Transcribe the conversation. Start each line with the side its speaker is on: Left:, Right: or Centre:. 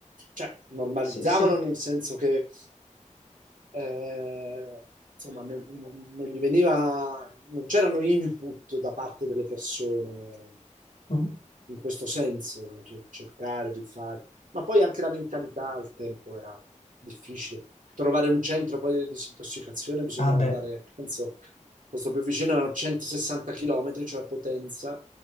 Right: cioè, normalizzavano
Left: Sì, sì.
Right: nel senso che eh, insomma, non, non- non gli veniva, non c'erano input da parte delle persone
Left: Mm.
Right: in questo senso, no? Cioè, cercare di fare. Ma poi anche la mentalità al tempo era difficile. Trovare un centro poi di disintossicazione bisognava
Left: Ah beh,
Right: andare, penso, il posto più vicino erano 160 km, cioè Potenza,